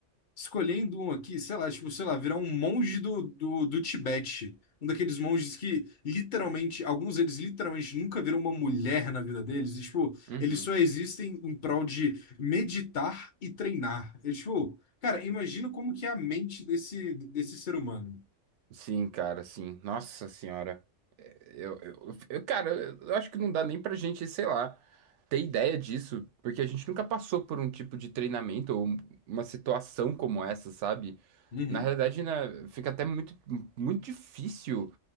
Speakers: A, on the left (about 50°); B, on the right (about 70°).
A: Escolhendo um aqui, sei lá, tipo, sei lá, virar um monge do, do, do Tibete. Um daqueles monges que literalmente, alguns deles literalmente nunca viram uma mulher na vida deles. E, tipo,
B: Uhum.
A: eles só existem em prol de meditar e treinar. E, tipo, cara, imagina como que é a mente desse, desse ser humano.
B: Sim, cara, sim. Nossa senhora. Eu, eu, eu- cara, eu acho que não dá nem pra gente, sei lá, ter ideia disso, porque a gente nunca passou por um tipo de treinamento ou um, uma situação como essa, sabe?
A: Uhum.
B: Na realidade, né, fica até muito, muito difícil